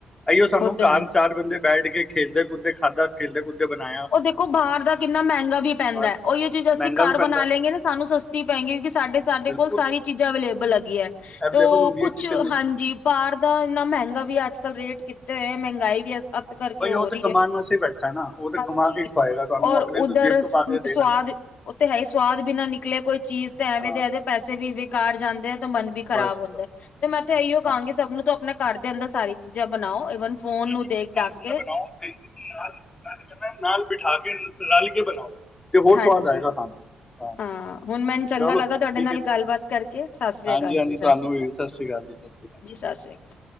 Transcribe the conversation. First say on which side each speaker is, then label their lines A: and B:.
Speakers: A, on the left; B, on the left.
A: ਅਇਓ, ਉਹ ਸਾਨੂੰ
B: ਤੇ
A: ਘਰ
B: ਹੈ।
A: ਚਾਰ ਬੰਦੇ ਬੈਠ ਕੇ ਖੇਲਦੇ ਕੁੱਦੇ ਖਾਧਾ ਖੇਲਦੇ ਕੁਦਦੇ ਬਣਾਏ।
B: ਉਹ ਦੇਖੋ ਬਾਹਰ ਦਾ ਕਿੰਨਾ ਮਹਿੰਗਾ ਵੀ ਪੈਂਦਾ,
A: ਬਸ
B: ਉਹੀ ਚੀਜ਼ ਅਸੀਂ
A: ਮਹਿੰਗਾ
B: ਘਰ
A: ਵੀ ਪੈਂਦਾ
B: ਬਣਾ ਲੈਂਗੇ, ਨਾ ਸਾਨੂੰ ਸਸਤੀ ਪਏਗੀ। ਕਿਉਂਕਿ ਸਾਡੇ ਸਾਡੇ
A: ਬਿਲਕੁਲ
B: ਕੋਲ ਸਾਰੀ ਚੀਜ਼ਾਂ ਅਵੇਲੇਬਲ ਹੈਗੀ ਹੈ,
A: ਅਵੇਲੇਬਲ
B: ਤੋਂ
A: ਹੁੰਦੀ
B: ਕੁਛ
A: ਹੈ ਕਿਚਨ ਵਿੱਚ
B: ਹਾਂਜੀ ਬਾਹਰ ਦਾ ਇੰਨਾ ਮਹਿੰਗਾ ਵੀ ਅੱਜ ਕੱਲ ਰੇਟ ਤੇ, ਮਹਿੰਗਾਈ ਵੀ ਅਸ ਅੱਤ ਕਰਕੇ
A: ਬਈ
B: ਹੋ
A: ਉਹ ਤੇ
B: ਰਹੀ
A: ਕਮਾਉਣ
B: ਹੈ।
A: ਵਾਸਤੇ ਹੀ ਬੈਠਾ ਹੈ ਨਾ ਉਹ ਤੇ
B: ਹਾਂਜੀ,
A: ਕਮਾ ਕੇ ਖਵਾਏਗਾ ਤੁਹਾਨੂੰ
B: ਔਰ
A: ਆਪਣੇ
B: ਉਧਰ
A: ਤੋਂ ਜੇਬ ਤੋਂ ਪਾ
B: ਸਵਾਦ
A: ਕੇ ਦੇਗਾ ਨਹੀਂ
B: ਉਹ ਤੇ ਹੈ ਹੀ ਸਵਾਦ ਵੀ ਨਾ ਨਿਕਲੇ ਕੋਈ ਚੀਜ਼ ਤੇ, ਐਵੇਂ
A: ਹਾਂ
B: ਦੇ ਪੈਸੇ ਵੀ ਬੇਕਾਰ ਜਾਂਦੇ ਆ ਮਨ ਵੀ ਖਰਾਬ
A: ਬਸ
B: ਹੁੰਦਾ,
A: ਬਸ
B: ਤੇ ਮੈਂ ਤੇ ਇਹੀਓ ਕਹਾਂਗੀ,
A: ਹਾਂ
B: ਸਭ ਨੂੰ ਤਾਂ ਆਪਣਾ ਘਰ ਦੇ ਅੰਦਰ ਸਾਰੀ ਚੀਜ਼ਾਂ ਬਣਾਓ। ਈਵਨ ਫੋਨ
A: ਕ ਦਾ <unintelligible>
B: ਨੂੰ ਦੇਖ ਦਾਖ ਕੇ
A: ਨਾਲ ਬਿਠਾ ਕੇ ਲ ਰਲ ਕੇ ਬਣਾਓ। ਤੇ ਹੋਰ
B: ਹਾਂਜੀ
A: ਸਵਾਦ ਆਏਗਾ ਖਾਣ ਨੂੰ।
B: ਹਾਂ ਹੁਣ ਮੈਨੂੰ ਚੰਗਾ
A: ਚਲੋ
B: ਲੱਗਾ
A: ਠੀਕ
B: ਤੁਹਾਡੇ ਨਾਲ
A: ਹੈ ਜੀ
B: ਗੱਲਬਾਤ ਕਰਕੇ ਸਤਿ ਸ੍ਰੀ
A: ਹਾਂਜੀ
B: ਅਕਾਲ
A: ਹਾਂਜੀ
B: ਜੀ, ਸਤਿ
A: ਤੁਹਾਨੂੰ
B: ਸ੍ਰੀ
A: ਵੀ
B: ਅਕਾਲ
A: ਸਤਿ ਸ਼੍ਰੀ ਅਕਾਲ ਜੀ ਸਤਿ ਸ਼੍ਰੀ ਅਕਾਲ
B: ਜੀ, ਸਤਿ ਸ੍ਰੀ ਅਕਾਲ